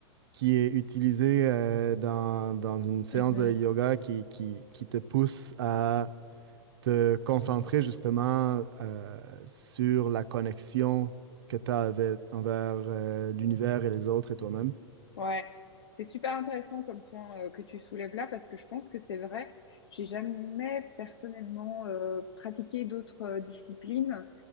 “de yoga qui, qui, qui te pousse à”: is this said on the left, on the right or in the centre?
Right